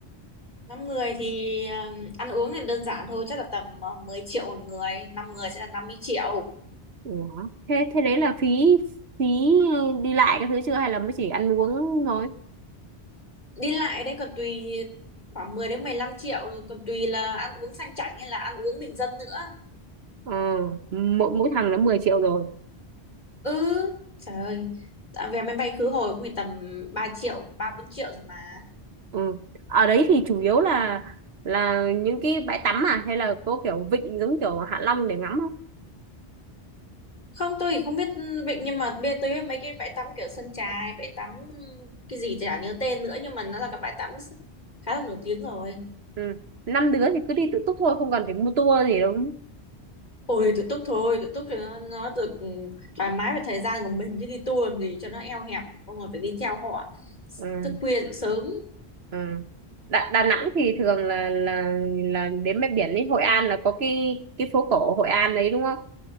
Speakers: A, on the left (about 40°); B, on the right (about 70°).
A: năm người thì ừm, ăn uống thì đơn giản thôi chắc là tầm ờ, 10 triệu một người năm người sẽ là năm mươi triệu
B: Ủa, thế thế đấy là phí phí đi lại các thứ chưa hay là mới chỉ ăn uống thôi?
A: đi lại đấy còn tùy khoảng mười đến mười lăm triệu còn tùy là ăn uống sang chảnh hay là ăn uống bình dân nữa
B: Ờ, mỗi mỗi thằng là 10 triệu rồi.
A: ừ trời ơi à, vé máy bay khứ hồi cũng phải tầm ba triệu ba bốn triệu rồi mà
B: Ừ. Ở đấy thì chủ yếu là là những cái bãi tắm à hay là có kiểu vịnh giống kiểu Hạ Long để ngắm không?
A: Không, tôi thì không biết vịnh nhưng mà bây giờ tôi biết mấy cái bãi tắm kiểu sân chài, bãi tắm cái gì chả nhớ tên nữa nhưng mà nó là cái bãi tắm khá là nổi tiếng rồi.
B: Ừ. Năm đứa thì cứ đi tự túc thôi không cần phải mua tour gì đâu. đúng không?
A: Ôi tự túc thôi, tự túc cho nó, nó được ừ, thoải mái về thời gian của mình chứ đi tour làm gì cho nó eo hẹp, mọi người phải đi theo họ
B: Ừ.
A: thức khuya dậy sớm.
B: Ừ. Đà, Đà Nẵng thì thường là là là đến bãi biển ấy Hội An là có cái cái phố cổ Hội An đấy đúng không?